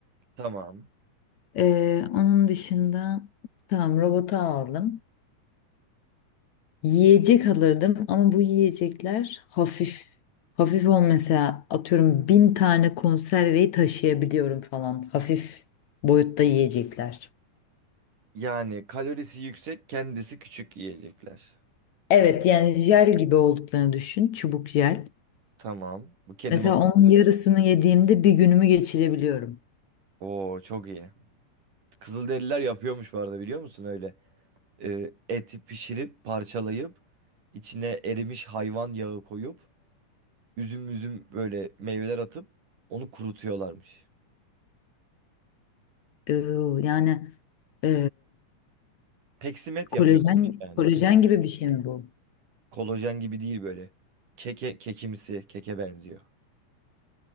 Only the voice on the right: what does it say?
Tamam.
Yani kalorisi yüksek, kendisi küçük yiyecekler.
Tamam. Bu kedi
maması.
Oo çok iyi. Kızılderililer yapıyormuş bu arada biliyor musun öyle? Ee, eti pişirip parçalayıp içine erimiş hayvan yağı koyup üzüm üzüm böyle meyveler atıp onu kurutuyorlarmış.
Peksimet yapıyorlarmış
yani.
Peksimet.
Kolajen gibi değil böyle. Keke, kekimsi, keke benziyor.